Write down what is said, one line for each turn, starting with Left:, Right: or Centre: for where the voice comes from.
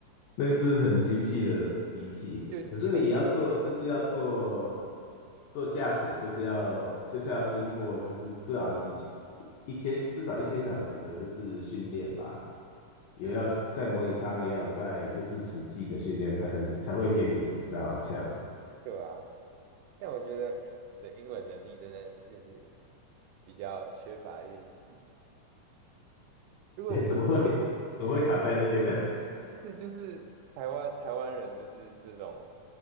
Left: 那个是很精细的仪器，
Right: 就基本上
Left: 可是你要做，就是要做做驾驶，就是要就是要经过，就是不知道几千一千至少一千小时的，就是训练吧，也要在模拟舱，
Right: 是
Left: 也要在就是实际的训练，才能才会给你执照。好像，
Right: 对吧？但我觉得我的英文能力真的就是比较缺乏练习。
Left: <laughs>
Right: 如果
Left: 哎，怎么会怎么会卡在那边呢？
Right: 是就是台湾台湾人就是这种，